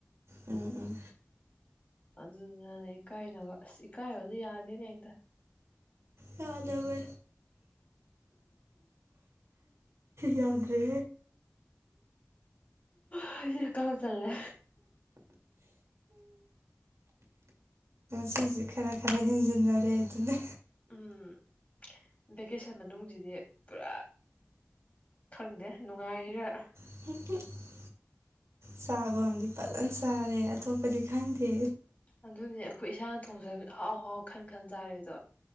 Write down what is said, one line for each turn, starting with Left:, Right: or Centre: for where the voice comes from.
Right: ꯎꯝ ꯎꯝ
Left: ꯑꯗꯨꯗꯨꯅꯅꯦ ꯏꯀꯥꯏꯅꯕ ꯑꯁ ꯏꯀꯥꯏꯕꯗꯤ ꯌꯥꯗꯦꯅꯦ ꯍꯦꯛꯇ
Right: ꯌꯥꯥꯗꯕ ꯌꯥꯗ꯭ꯔꯦ
Left: ꯍꯡ ꯀꯥ ꯆꯜꯂꯦ
Right: ꯁꯤꯁꯦ ꯈꯔ ꯈꯔ ꯍꯦꯟꯖꯤꯟꯅꯔꯦ ꯑꯗꯨꯅ
Left: ꯎꯝ ꯚꯦꯀꯦꯁꯟ ꯃꯅꯨꯡꯁꯤꯗꯤ ꯄꯨꯔꯥ ꯈꯪꯗꯦ ꯅꯨꯡꯉꯥꯏꯔ
Right: <unintelligible> ꯆꯥꯕ ꯑꯝꯗꯤ ꯐꯖꯅ ꯆꯥꯔꯦ ꯑꯇꯣꯞꯄꯗꯤ ꯈꯪꯗꯦ꯫
Left: ꯑꯗꯨꯅꯦ ꯑꯩꯈꯣꯏ ꯏꯁꯥꯅ ꯊꯣꯡꯖꯕ ꯍꯥꯎ ꯍꯥꯎ ꯈꯟ ꯈꯟ ꯆꯥꯔꯦꯗꯣ